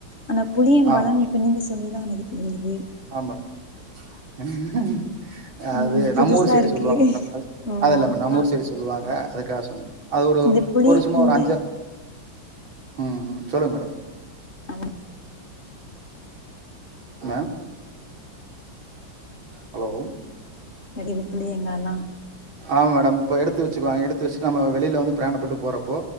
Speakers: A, on the left; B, on the right.
A: ஆனா புளியம்
B: ஆமா
A: பழம் இப்ப நீங்க சொ அதுதா எனக்கு தெரியுது
B: ஆமா மேடம் அ
A: ம்
B: அது
A: புதுசா
B: நம்மூ ஊர் சைடு
A: இருக்கு
B: சொல்லுவாங்க மேடம் அது
A: ஓ
B: அது இல்ல மேடம் நம்மூ
A: ஆ
B: ஊர் சைடு சொல்லுவாங்க ட சொன்ன அது ஒரு
A: இந்த புளி
B: ஒரு சும்மா
A: இந்த
B: ஒரு அஞ்சி ம் சொல்லுங்க மேடம்
A: அந்த
B: மேம் ஹலோ
A: கெடையது புளியாங்காலா
B: ஆமா மேடம் இப்போ எடுத்து வச்சிக்குவாங்க எடுத்து வச்சிட்டு நம்ம வெளில வந்து பிராணப்பட்டு போறப்போ